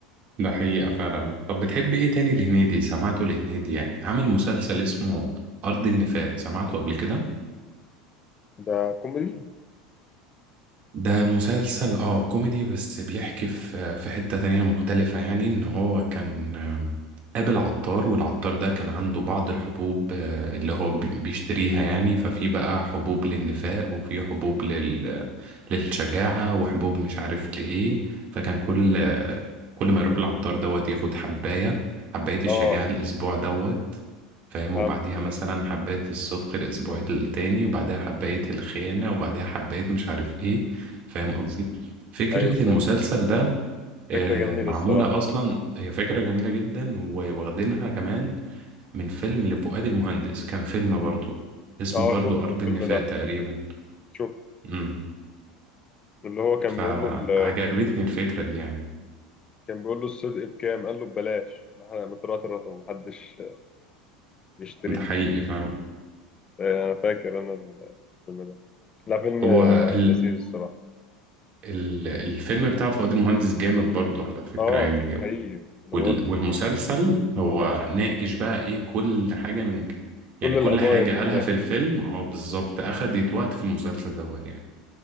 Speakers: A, on the right (about 45°); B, on the left (about 25°).
A: ده حقيقة فعلا طب بتحب إيه تاني لهنيدي سمعته لهنيدي يعني عمل مسلسل اسمه أرض النفاق سمعته قبل كده
B: ده كوميدي
A: ده مسلسل اه كوميدي بس بيحكي في في حتة تانية مختلفة يعني ان هو كان آم، قابل عطار والعطار ده كان عنده بعض الحبوب آه، اللي هو بي- بيشتريها يعني ففي بقى حبوب للنفاق وفي حبوب لل... للشجاعة وحبوب مش عارف لإيه فكان كل آه، كل ما يروح العطار دوت ياخد حباية حباية الشجاعة
B: اه
A: الأسبوع دوت فاهم
B: فاهم
A: وبعديها مثلا حباية الصدق الأسبوع التاني وبعدها حباية الخيانة وبعدها حباية مش عارف إيه فاهم قصدي فكرة
B: ايوه
A: المسلسل
B: فاهم
A: ده آه،
B: فكرة جميلة
A: معمولة
B: الصراحة
A: أصلا هي فكرة جميلة جدا وواخدينها كمان من فيلم لفؤاد المهندس كان فيلم برضو اسمه
B: اه
A: برضو
B: شوف
A: أرض
B: الفيلم
A: النفاق
B: ده
A: تقريبا
B: شوف
A: امم
B: اللي هو كان
A: فعجبتني
B: بيقول له ال...
A: الفكرة دي يعني
B: كان بيقول له الصدق بكام قال له ببلاش مترات الرقم محدش يشتريه
A: ده حقيقي فعلا
B: آه، انا فاكر انا الفيلم ده لا فيلم
A: هو ال...
B: لذيذ الصراحه
A: ال... الفيلم بتاع فؤاد المهندس جامد برضو على فكرة
B: اه
A: يعني
B: حقيقي انا
A: وال-
B: بقول لك
A: والمسلسل هو ناقش بقى ايه كل حاجة من ج- يعني
B: كل
A: كل
B: القضايا
A: حاجة
B: دي
A: قالها
B: فاهم
A: في الفيلم اه بالظبط أخدت وقت في المسلسل دوت يعني